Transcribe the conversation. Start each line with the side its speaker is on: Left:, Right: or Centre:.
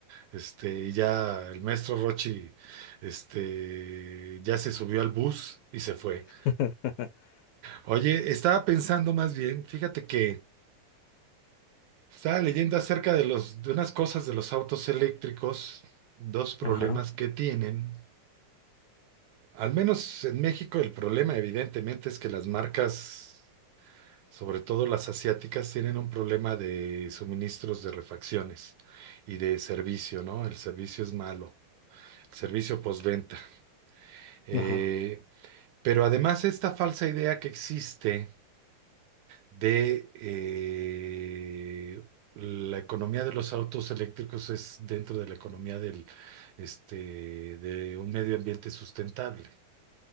Right: Este, y ya el maestro Rochi, este, ya se subió al bus y se fue.
Left: <laughs>
Right: Oye, estaba pensando más bien, fíjate que Estaba leyendo acerca de los, de unas cosas de los autos eléctricos, dos problemas
Left: Ajá,
Right: que tienen. Al menos en México el problema evidentemente es que las marcas, sobre todo las asiáticas, tienen un problema de suministros de refacciones y de servicio, ¿no? El servicio es malo, el servicio postventa. Eh,
Left: ajá,
Right: pero además esta falsa idea que existe de eh, la economía de los autos eléctricos es dentro de la economía del, este, de un medio ambiente sustentable.